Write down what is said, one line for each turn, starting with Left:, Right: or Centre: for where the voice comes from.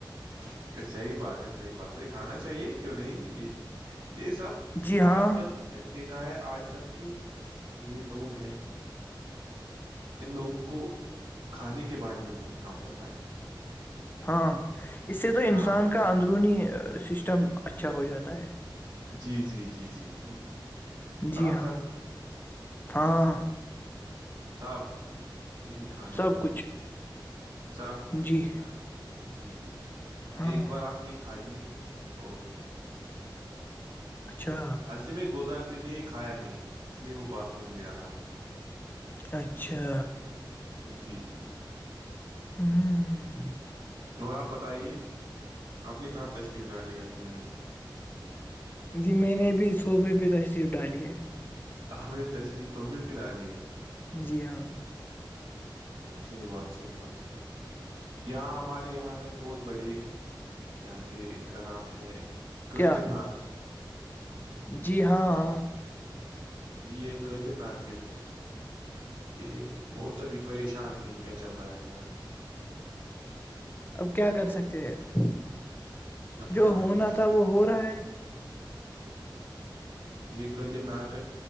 Right: ہے صحیح بات ہے صحیح بات ہے کھانا چاہیے کیوں نہیں یہ یہ سب
Left: جی ہاں
Right: آج کل میں نے دیکھ کیا ہے آج کل کے یہ لوگ ہیں ان لوگوں کو کھانے کے بارے میں بہت کام پتا ہے
Left: ہاں اس سے تو انسان
Right: ہاں
Left: کا اندرونی سسٹم اچھا ہو جاتا ہے
Right: جی جی جی جی جی
Left: جی
Right: طاقت
Left: ہاں ہاں
Right: سب انہیں کھانوں
Left: سب
Right: میں
Left: کچھ
Right: سب کچھ
Left: جی
Right: ہی نہیں کھانا میں جی جی
Left: ہاں
Right: ایک بار آپ یہ کھائیے ا <inaudible>
Left: اچھا
Right: عص میں گلزار پینے یہ کھایا نہیں اس لیئے وہ باتھ روم میں رہا
Left: اچھا
Right: جی جی
Left: ہوں
Right: اور آپ بتائیے آپ نے کہاں تشریف ڈالی ہے اپنی آج
Left: جی میں نے بھی صوفے پہ تشریف ڈالی ہے
Right: ہم تشریفوفی پلا لی ہے
Left: جی ہاں
Right: صحی بات صحی بات صحیح بات یہاں ہمارے یہاں ہے بہت بڑے یہاں کے ان کا نام ہے قدر
Left: کیا
Right: ناٹک
Left: جی ہاں
Right: جی یہ قدر ناٹ جو ہے یہ بہت ابھی پریشان ہے یہ کیا چل رہا ہے یا
Left: اب کیا کر سکتے ہیں جو
Right: ہاں
Left: ہونا
Right: جی جی
Left: تھا وہ ہو رہا ہے
Right: یہ قید ناٹ